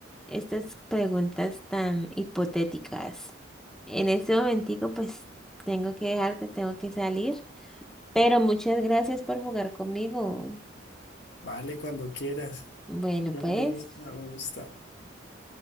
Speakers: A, in the centre; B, on the left.
A: estas preguntas tan hipotéticas. En este momentico, pues, tengo que dejarte, tengo que salir. Pero muchas gracias por jugar conmigo.
B: vale, cuando quieras.
A: Bueno,
B: Ya
A: pues.
B: me gusta, me gusta.